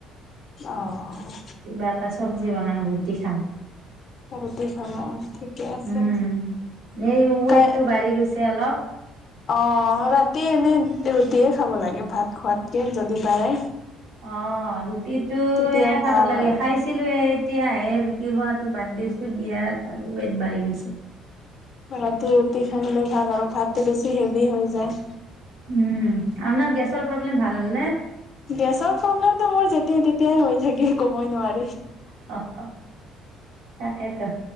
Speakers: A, on the left; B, on the right.
A: অ'
B: কিবা এটা চব্জি বনাব বুজ দেখাম,
A: বতি চাল ঠিকে আছে
B: উম এই ৱেইটটো
A: কাই,
B: বাঢ়ি গৈছে অলপ
A: অ' ৰাতি এনে ৰুটিয়ে খাব লাগে ভাত খোৱাতকে যদি পাৰে
B: অ' ৰুটিটোয়ে
A: তেতিয়া
B: খাব
A: ভাল
B: লাগে
A: আৰু
B: খাইছিলো এই এতিয়াহে ৰুটি খোৱাটো বাদ দিছো। ওৱেট আৰু বাঢ়ি গৈছে।
A: ৰাতি ৰুটি খাই ল'লে ভাল, আৰু ভাতটো বেছি, হেভি হৈ যায়।
B: উম আপোনাৰ গেছৰ প্ৰব্লেম ভাল হ'লনে?
A: গেছৰ প্ৰব্লেমটো মোৰ যেতিয়াই-তেতিয়াই হৈ থাকে, ক'বই নোৱাৰি।
B: হ হ তাকেইেতো